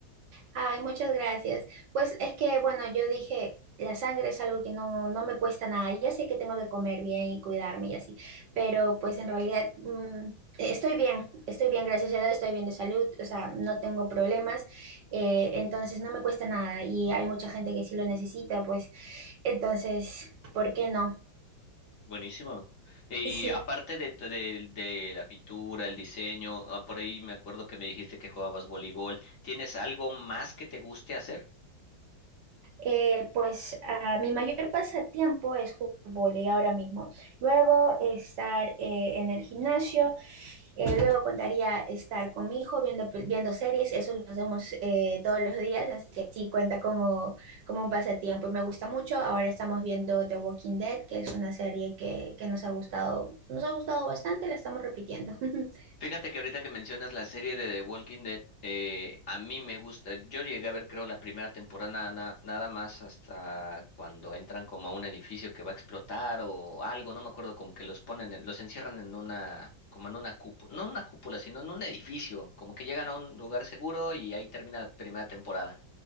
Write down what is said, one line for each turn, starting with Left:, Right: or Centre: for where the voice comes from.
Right: Ay, muchas gracias. Pues es que, bueno, yo dije, la sangre es algo que no, no me cuesta nada. Ya sé que tengo que comer bien y cuidarme y así, pero pues en realidad mm, estoy bien, estoy bien, gracias a Dios, estoy bien de salud, o sea, no tengo problemas, eh, entonces no me cuesta nada y hay mucha gente que sí lo necesita, pues entonces, ¿por qué no?
Left: Buenísimo. Y
Right: Sí,
Left: aparte de, t- de, de la pintura, el diseño, ah, por ahí me acuerdo que me dijiste que jugabas voleibol. ¿Tienes algo más que te guste hacer?
Right: Eh, pues ah, mi mayor pasatiempo es jugar vóley ahora mismo. Luego estar eh, en el gimnasio, eh, luego contaría estar con mi hijo viendo, pel- viendo series, eso lo hacemos eh, todos los días, así que sí cuenta como, como un pasatiempo y me gusta mucho. Ahora estamos viendo The Walking Dead, que es una serie que, que nos ha gustado, nos ha gustado bastante, la estamos repitiendo. <laughs>
Left: Fíjate que ahorita que mencionas la serie de The Walking Dead, eh, a mí me gusta. Yo llegué a ver, creo, la primera temporada na- na- nada más hasta cuando entran como a un edificio que va a explotar o algo, no me acuerdo, como que los ponen, en- los encierran en una, como en una cúpula, no en una cúpula, sino en un edificio, como que llegan a un lugar seguro y ahí termina la primera temporada